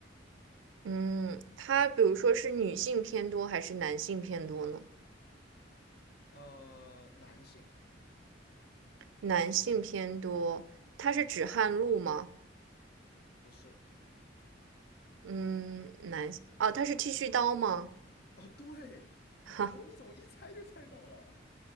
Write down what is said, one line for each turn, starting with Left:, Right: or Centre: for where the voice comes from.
Right: 嗯，它比如说是女性偏多还是男性偏多呢？
Left: 呃，男性
Right: 男性偏多，它是止汗露吗？
Left: 不是。
Right: 嗯，男性，哦，它是剃须刀吗？
Left: 哦，对你，
Right: 哈，
Left: 我你怎么一猜就猜到了？